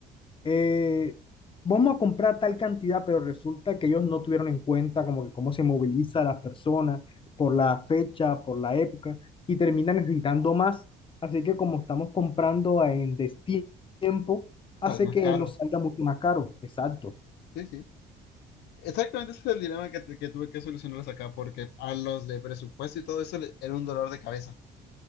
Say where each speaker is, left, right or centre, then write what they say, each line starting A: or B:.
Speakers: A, on the left (about 30°); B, on the left (about 80°).
A: eh, vamos a comprar tal cantidad, pero resulta que ellos no tuvieron en cuenta como que cómo se moviliza a las personas por la fecha, por la época, y terminan necesitando más. Así que como estamos comprando en destiempo, hace
B: sale más
A: que
B: caro.
A: nos salga mucho más caro. Exacto.
B: Sí, sí. Exactamente ese es el dilema que, te- que tuve que solucionarles acá, porque a los de presupuesto y todo eso le- era un dolor de cabeza.